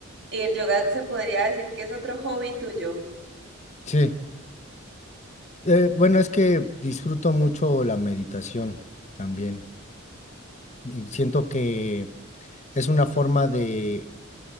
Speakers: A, on the right; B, on the left.
A: ¿Y el yoga se podría decir que es otro hobby tuyo?
B: Sí. Eh, bueno, es que disfruto mucho la meditación también. Y siento que es una forma de,